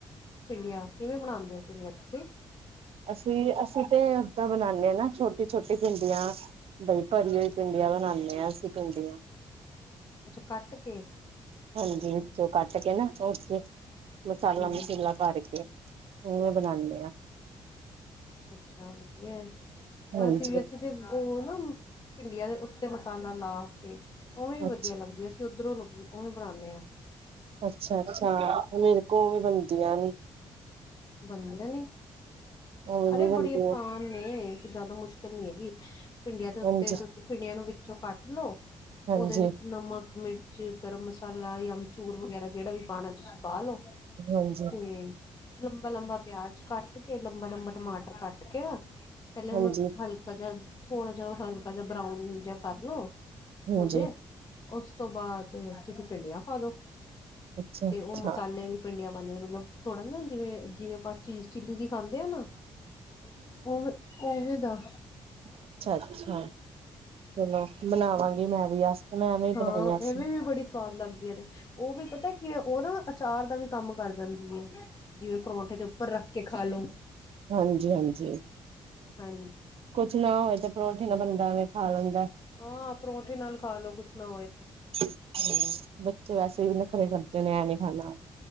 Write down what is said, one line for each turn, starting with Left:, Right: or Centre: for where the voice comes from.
Left: ਭਿੰਡੀਆਂ ਕਿਵੇਂ ਬਣਾਉਂਦੇ ਹੋ ਭਿੰਡੀਆਂ ਤੁਸੀਂ
Right: ਅਸੀਂ ਅਸੀਂ ਤੇ ਉਦਾਂ ਬਣਾਉਨੇ ਹਾਂ ਨਾ ਛੋਟੀ ਛੋਟੀ ਭਿੰਡੀਆਂ ਬਈ ਭਰੀ ਹੋਈ ਭਿੰਡੀਆਂ ਬਣਾਂਨੇ ਆਂ, ਅਸੀਂ ਭਿੰਡੀਆਂ।
Left: ਕੁਛ ਕੱਟ ਕੇ
Right: ਹਾਂਜੀ ਵਿੱਚੋਂ ਕੱਟ ਕੇ ਨਾ ਉਹ ਚ ਮਸਾਲਾ
Left: ਹੂੰ
Right: ਮਸੂਲਾ ਭਰ ਕੇ ਇਹਵੇਂ ਬਣਾਉਂਦੇ ਆ।
Left: ਅੱਛਾ-ਅੱਛਾ ਵਧੀਆ
Right: ਹਾਂਜੀ
Left: ਅਸੀ ਵੀ ਇੱਥੇ ਤੇ ਉਹ ਨਾ, ਭਿੰਡੀਆਂ ਦੇ ਉੱਤੇ ਮਸਾਲਾ ਲਾ ਕੇ। ਉਵੇਂ ਈ
Right: ਅੱਛਾ
Left: ਵਧੀਆ ਲੱਗਦੀਆ ਸੀ ਉੱਧਰੋਂ ਉਵੇਂ ਬਣਾਉਂਦੇ ਹਾਂ।
Right: ਅੱਛਾ-ਅੱਛਾ! ਮੇਰੇ ਕੋਲੋ ਬਣਦੀਆਂ ਨਹੀਂ।
Left: ਬਣਦੀਆਂ ਨੀ
Right: ਉਵੇਂ
Left: ਅਰੇ
Right: ਨੀ ਬਣਦੀਆਂ
Left: ਬੜੀ ਆਸਾਨ ਨੇ ਜ਼ਿਆਦਾ ਮੁਸ਼ਕਿਲ ਨਹੀਂ ਹੈਗੀ ਭਿੰਡੀਆਂ ਦੇ ਉੱਤੇ
Right: ਹਾਂਜੀ
Left: ਦ ਭਿੰਡੀਆਂ ਨੂੰ ਵਿੱਚੋਂ ਕੱਟ ਲੋੋ
Right: ਹਾਂਜੀ
Left: ਉਹਦੇ ਵਿੱਚ ਨਮਕ ਮਿਰਚ 'ਚ ਗਰਮ ਮਸਾਲਾ ਜਾਂ ਅਮਚੂਰ ਵਗੈਰਾ ਜਿਹੜਾ ਵੀ ਪਾਉਣਾ, ਤੁਸੀਂ ਪਾਣਾ ਲਓ।
Right: ਓਂਝ
Left: ਤੇ ਲੰਬਾ-ਲੰਬਾ ਪਿਆਜ ਕੱਟਕੇ, ਲੰਬਾ-ਲੰਬਾ ਟਮਾਟਰ ਕੱਟਕੇ, ਪਹਿਲੇ ਉਹਨੂੰ
Right: ਹਾਂਜੀ
Left: ਹਲ ਹਲਕਾ ਜਾ ਥੋੜਾ ਜਿਹਾ ਹਲਕਾ ਜਿਹਾ ਬਰਾਊਨ ਜਿਹਾ ਕਰ ਲਓ,
Right: ਹਾਂਜੀ
Left: ਹੋਜੇ ਉਸ ਤੋਂ ਬਾਅਦ ਤੁਸੀਂ ਭਿੰਡੀਆਂ ਪਾ ਦਿਓ
Right: ਅੱਛਾ
Left: ਤੇ
Right: ਅੱਛਾ
Left: ਉਹ ਮਸਾਲੇ ਵਾਲੀ। ਭਿੰਡੀਆਂ ਪਾਉਦੇ ਮਤਲਬ ਥੋੜ੍ਹਾ ਨਾ ਜਿਵੇਂ ਜਿਵੇਂ ਆਪਾਂ ਚੀਜ਼ ਚਿੱਲੀ ਦੀ ਖਾਂਦੇ ਆ ਨਾ ਉਹ ਵੀ ਉਹ ਵੀ ਦਾ
Right: ਅੱਛਾ-ਅੱਛਾ! ਚਲੋ ਬਣਾਵਾਂਗੀ ਮੈਂ ਵੀ ਅਸ, ਮੈਂ ਐਵੇ ਹੀ
Left: ਹਾਂ
Right: ਬਣਾਈਆ
Left: ਐਵੇਂ
Right: ਸੀਂ।
Left: ਵੀ ਬੜੀ ਸਵਾਦ ਲੱਗਦੀ ਏ, ਉਹ ਵੀ ਪਤਾ ਕੀ ਉਹ ਨਾ ਅਚਾਰ ਦਾ ਵੀ ਕੰਮ ਕਰ ਜਾਂਦੀ ਏ। ਜਿਵੇਂ ਪਰੌਂਠੇ ਦੇ ਉੱਪਰ ਰੱਖ ਕੇ ਖਾ ਲੋ
Right: ਹਾਂਜੀ-ਹਾਂਜੀ!
Left: ਹਾਂਜੀ
Right: ਕੁਛ ਨਾ ਹੋਵੇ ਤੇ ਪਰੋਂਠੇ ਨਾਲ ਬੰਦਾ ਐਵੇਂ ਖਾ ਲੈਂਦਾ।
Left: ਹਾਂ ਪਰੌਂਠੀ ਨਾਲ ਖਾ ਲੋ ਕੁੱਛ ਨਾ ਹੋਏ ਤੇ।
Right: ਹੂੰ, ਬੱਚੇ ਵੈਸੇ ਵੀ ਨਖਰੇ ਕਰਦੇ ਨੇ, ਐਂ ਨੀ ਖਾਣਾ